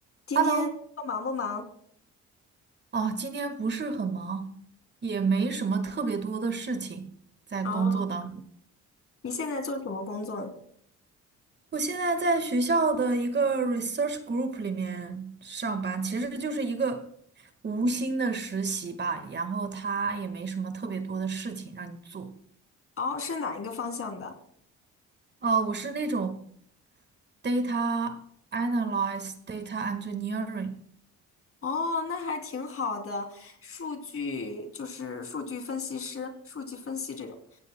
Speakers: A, on the left (about 50°); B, on the right (about 35°).
A: 今天工作忙不忙？
B: Hello，哦，今天不是很忙，也没什么特别多的事情在工作当中。
A: 啊？你现在做什么工作呢
B: 我现在在学校的一个 research group 里面上班，其实就是一个，无心的实习吧，然后他也没什么特别多的事情让你做。
A: 哦，是哪一个方向的？
B: 呃，我是那种 data analyze、data engineering，
A: 哦，那还挺好的，数据就是数据分析师、数据分析这种。